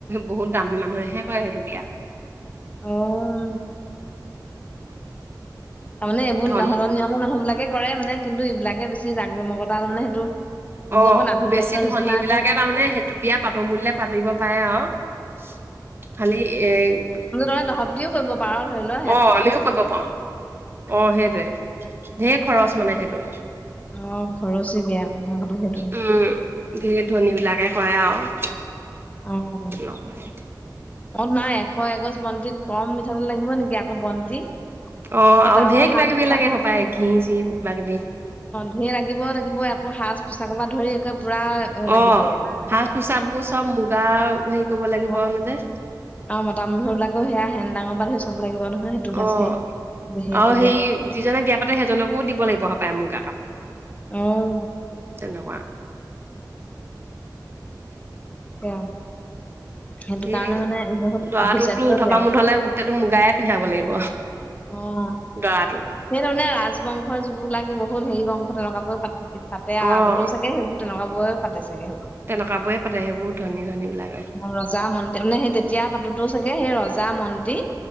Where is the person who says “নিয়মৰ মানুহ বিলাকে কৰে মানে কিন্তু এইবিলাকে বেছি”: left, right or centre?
Left